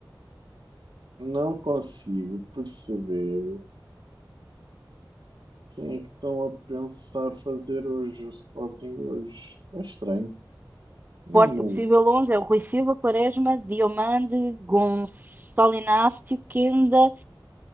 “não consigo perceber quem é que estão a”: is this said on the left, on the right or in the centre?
Right